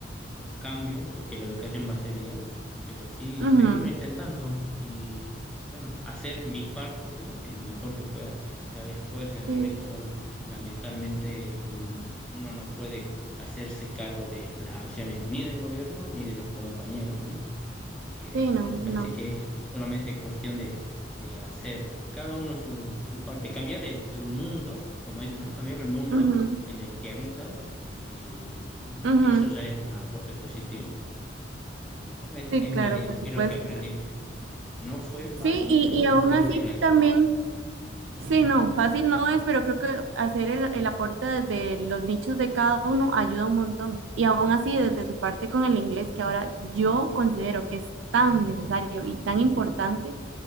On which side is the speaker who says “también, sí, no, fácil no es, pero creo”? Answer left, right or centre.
Right